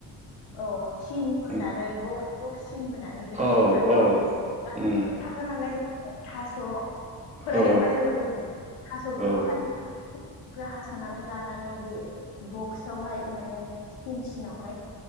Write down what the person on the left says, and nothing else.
औ सिन बोनानै
बक्स बक्स सिन बोनानै बेहाय
जोंहाथ'
ग
थाग्रा नालाय जोङो थास'फोरा
एभलेबोल जायो थास'फोरखौ।
थुख्रा हास'नानै लानानै बे बक्सवहाय माने सिन सिनावहाय।